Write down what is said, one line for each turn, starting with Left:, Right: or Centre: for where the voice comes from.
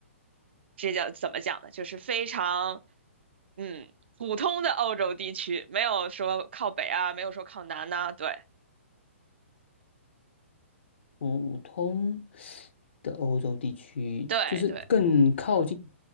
Right: 这叫怎么讲呢？就是非常，嗯，普通的欧洲地区，没有说靠北啊，没有说靠南呐，对。
Left: 普通的欧洲地区，
Right: 对对
Left: 就是更靠近